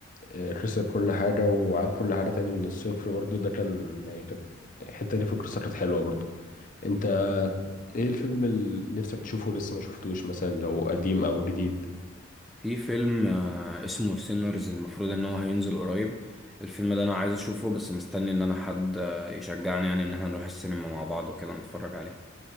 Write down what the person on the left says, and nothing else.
آه، خسر كل حاجة وعاد كل حاجة تاني من الصفر برضو ده كان يعني كانت الحتة دي في القصة كانت حلوة برضو أنت إيه الفيلم اللي نفسك تشوفه لسه ما شفتوش مثلا لو قديم أو جديد؟